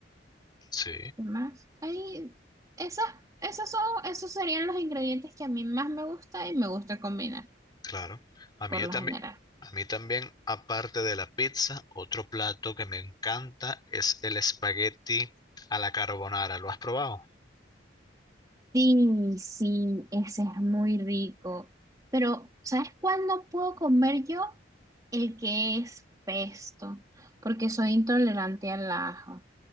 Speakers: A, on the left; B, on the right.
A: sí,
B: ¿qué más? Ahí, esas, esos son, esos serían los ingredientes que a mí más me gusta y me gusta combinar,
A: claro. A mí
B: por lo
A: también,
B: general.
A: a mí también, aparte de la pizza, otro plato que me encanta es el espagueti a la carbonara. ¿Lo has probado?
B: Sí, sí, ese es muy rico. Pero, ¿sabes cuál no puedo comer yo? El que es pesto, porque soy intolerante al ajo.